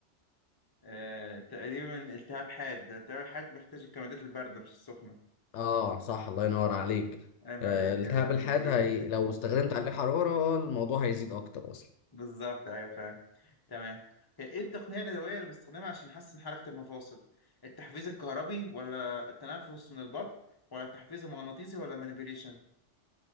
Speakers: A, on the left; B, on the left.
A: آه، تقريبا التهاب حاد التهاب الحاد بيحتاج الكمادات البارده مش السخنه
B: اه صح الله ينور عليك
A: عيب
B: آه،
A: عليك
B: التهاب
A: يا ابن الغيين
B: الحاد هي... لو استخدمت عليه حراره الموضوع هيزيد اكتر اصلا
A: <laughs> بالظبط ايوه فعلا تمام هي ايه التقنيه اليدويه اللي بستخدمها عشان احسن حركه المفاصل التحفيز الكهربي ولا التنفس من البطن ولا التحفيز المغناطيسي ولا المانيبيوليشن